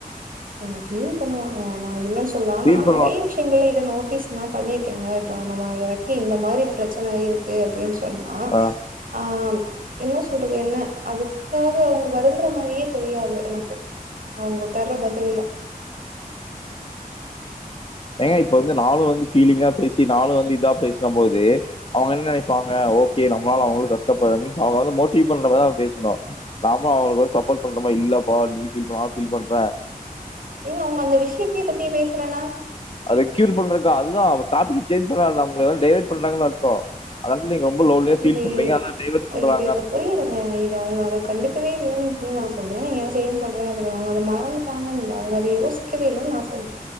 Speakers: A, on the right (about 65°); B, on the left (about 40°).
A: ஏங்க ஃபீல் பண்ணுவாங்க நா இல்லனு சொ சொல்லா
B: ஃபீல்
A: நா
B: பண்ணுவா
A: நெறைய விஷயங்கள்ல இத நோட்டீஸ் நா பண்ணிருக்கேங்க இப்ப நம்ம எனக்கு இந்த மாரி பிரச்சன இருக்கு அப்டின்னு சொன்னா
B: ஆ
A: ஆஹ் என்ன சொல்றது என்ன அதுக்காக அவுங்க வருந்துற மாரியே தெரியாது எனக்கு அவுங்க தர்ற பதி தில்ல
B: ஏங்க இப்ப வந்து நானு வந்து ஃபீலிங்கா பேசி நானு வந்து இதா பேசம் போது அவுங்க என்ன நெனைப்பாங்க ஓகே நம்மளால அவுங்களு கஷ்டப்பட்ற மீன்ஸ் அவுங்க வந்து மோட்டிவ் பண்ற மாரி அவுங்க பேசணு நாம அவுங்களுக்கு வந்து சப்போர்ட் பண்ற மாரி இல்லப்பா நீ ஃபீல் பண்ண நானு ஃபீல் பண்றே
A: ஏங்க அவுங்க அந்த விஷ்யேத்த பத்தி பேசலனா
B: அத க்யூர் பண்றக்கு அதுதா அவ டாபிக்கு சேஞ் பன்னாதஅவுங்க டைவட் பண்றாங்கன் அர்த்தொ அதா நீங்க ரொம்ப லோன்லியா ஃபீல்
A: இது
B: பண்றீங்க ஆனா டைவர்ட் பண்றாங்க
A: இது புரிலங்க இது அவுங்க அத கண்டிப்ப <unintelligible> செரி சொல்லி நா சொல்றே ஏ செரி சொல்றே <unintelligible> அவுங்க அத மறந்துட்டாங்கனுல்ல அவுங்க அத யோசி க்கவே இல்லன்னு நா சொல்றே